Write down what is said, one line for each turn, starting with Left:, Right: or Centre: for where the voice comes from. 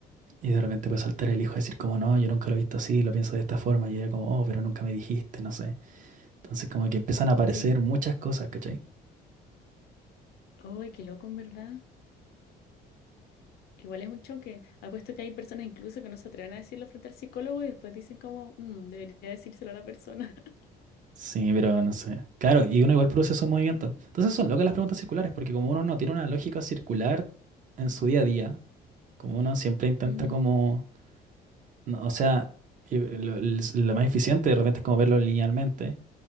Right: y de repente puede saltar el hijo y decir como, no, yo nunca lo he visto así, lo pienso de esta forma, y ella como, oh, pero nunca me dijiste, no sé. Entonces como que empiezan a aparecer
Left: sí,
Right: muchas cosas, ¿cachai?
Left: ay, qué loco en verdad. Igual es un choque. Apuesto que hay personas incluso que no se atreven a decirlo frente al psicólogo y después dicen como, "Mm, debería decírselo a la persona. <laughs>
Right: Sí, pero no sé. Claro, y uno igual produce esos movimientos. Entonces son locas las preguntas circulares, porque como uno no tiene una lógica circular en su día a día, como uno siempre intenta
Left: Ujú.
Right: como, no, o sea, y lo, lo lo más eficiente de repente es como verlo linealmente,